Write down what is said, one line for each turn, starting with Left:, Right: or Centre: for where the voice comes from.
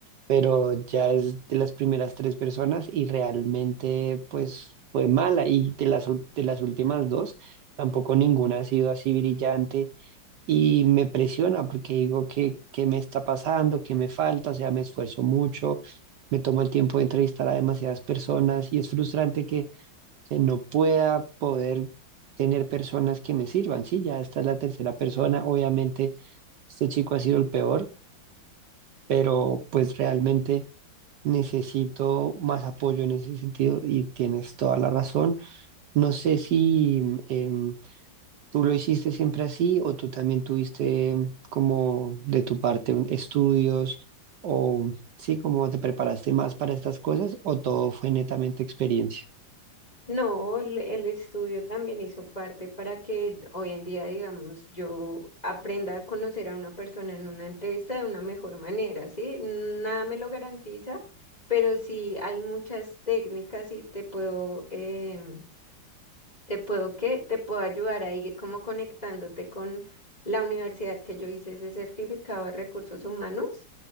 Right: pero ya es de las primeras tres personas y realmente pues fue mala y de las, ul- de las últimas dos, tampoco ninguna ha sido así brillante y me presiona porque digo que, qué me está pasando, qué me falta, o sea, me esfuerzo mucho, me tomo el tiempo de entrevistar a demasiadas personas y es frustrante que eh, no pueda poder tener personas que me sirvan. Sí, ya esta es la tercera persona, obviamente este chico ha sido el peor, pero pues realmente... Necesito más apoyo en ese sentido y tienes toda la razón. No sé si em, ¿Tú lo hiciste siempre así o tú también tuviste mm, como de tu parte un- estudios o sí, como te preparaste más para estas cosas o todo fue netamente experiencia?
Left: No, el el estudio también hizo parte para que hoy en día, digamos, yo aprenda a conocer a una persona en una entrevista de una mejor manera, ¿sí? Nada me lo garantiza, pero sí hay muchas técnicas y te puedo, em, te puedo, ¿qué? Te puedo ayudar ahí como conectándote con la universidad que yo hice ese certificado de recursos humanos